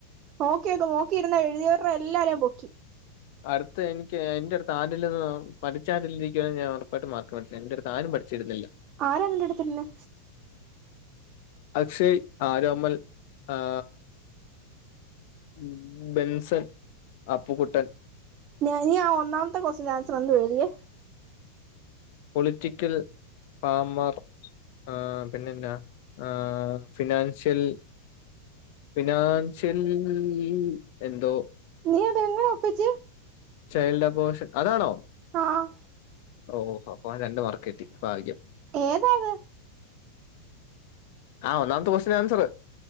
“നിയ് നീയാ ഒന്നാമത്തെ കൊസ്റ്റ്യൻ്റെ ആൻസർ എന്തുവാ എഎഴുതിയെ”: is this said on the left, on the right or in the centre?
Right